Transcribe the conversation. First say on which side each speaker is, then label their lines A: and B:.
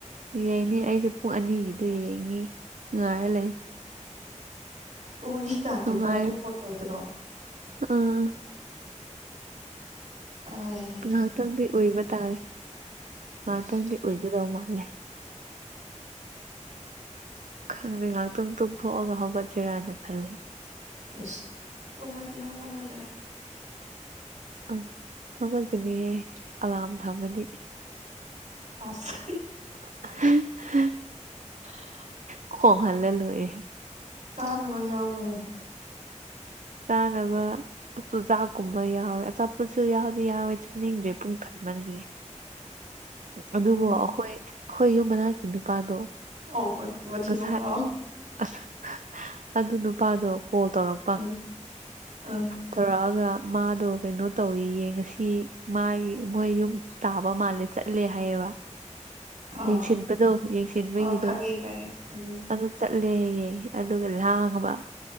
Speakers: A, on the right; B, on the right.
A: ꯌꯦꯡꯅꯤ ꯑꯩꯁꯨ ꯄꯨꯡ ꯑꯅꯤꯒꯤꯗꯣ ꯌꯦꯡꯅꯤ ꯉꯥꯏꯔ ꯂꯩ
B: ꯄꯨꯡ ꯑꯅꯤ ꯇꯥꯗ꯭ꯔꯤꯐꯥꯎ
A: ꯅꯨꯡꯉꯥꯏ
B: ꯇꯨꯡꯉꯔꯣꯏꯗꯔꯣ
A: ꯑꯥ
B: ꯑꯥꯢ
A: ꯉꯍꯥꯛꯇꯪꯗꯤ ꯎꯏꯕ ꯇꯥꯔꯦ ꯉꯍꯥꯛꯇꯪꯗꯤ
B: ꯏꯁ
A: ꯎꯏꯒꯗꯧ ꯃꯥꯜꯂꯦ ꯈꯪꯗꯦ ꯉꯥꯛꯇꯨꯝ ꯇꯨꯝꯊꯣꯛꯑꯥꯒ ꯍꯧꯒꯠꯁꯤꯔꯥꯅ ꯈꯜꯂꯦ
B: ꯏꯁ ꯇꯨꯝꯃꯗꯤ ꯍꯧꯒꯠꯂꯔꯣꯏ
A: ꯑꯪ ꯍꯧꯒꯠꯀꯅꯤꯍꯦ ꯑꯂꯥꯝ ꯊꯝꯃꯗꯤ
B: ꯑꯁ
A: <unintelligible>
B: <inaudible>
A: ꯈꯣꯡꯍꯜꯂ ꯂꯣꯢꯔꯦ
B: ꯆꯥꯅꯕ ꯌꯥꯎꯕ꯭ꯔꯣ
A: ꯆꯥꯅꯕ ꯆꯨꯖꯥꯛꯀꯨꯝꯕ ꯌꯥꯎꯋꯦ ꯑꯆꯥꯄꯣꯠꯁꯨ ꯌꯥꯎꯗꯤ ꯌꯥꯎꯋꯦ ꯆꯥꯅꯤꯡꯗ꯭ꯔꯦ ꯄꯨꯡ ꯊꯟꯃꯟꯒ꯭ꯔꯦ ꯑꯗꯨꯕꯨ
B: ꯎꯝ
A: ꯑꯈꯣꯏ ꯑꯈꯣꯏ ꯌꯨꯝ ꯃꯅꯥꯛꯀꯤ ꯅꯨꯄꯥꯗꯣ
B: <unintelligible> ꯃꯊꯤꯕꯣꯡ
A: ꯉꯁꯥꯏ
B: ꯂꯥꯎ
A: ꯑꯁ ꯑꯗꯨ ꯅꯨꯄꯥꯗꯣ ꯀꯣꯜ ꯇꯧꯔꯛ
B: ꯎꯝ ꯑꯥ꯫
A: ꯊꯧꯔꯛꯑꯒ ꯃꯥꯗꯣ ꯀꯩꯅꯣ ꯇꯧꯋꯦꯌꯦ ꯉꯁꯤ ꯃꯥꯒꯤ ꯃꯣꯏ ꯌꯨꯝ ꯇꯥꯕ ꯃꯥꯂꯦ ꯆꯠ ꯂꯦ ꯍꯥꯢꯌꯦꯕ꯫
B: ꯑꯣ
A: ꯌꯦꯡꯁꯤꯟꯕꯗꯣ ꯌꯦꯡꯁꯤꯟꯕꯒꯤꯗꯣ
B: ꯑꯣ ꯈꯪꯉꯦ ꯈꯪꯉꯦ ꯎꯝ
A: ꯑꯗꯨ ꯆꯠꯂꯦ ꯍꯩꯌꯦ ꯑꯗꯨꯒ ꯂꯥꯡꯉꯕ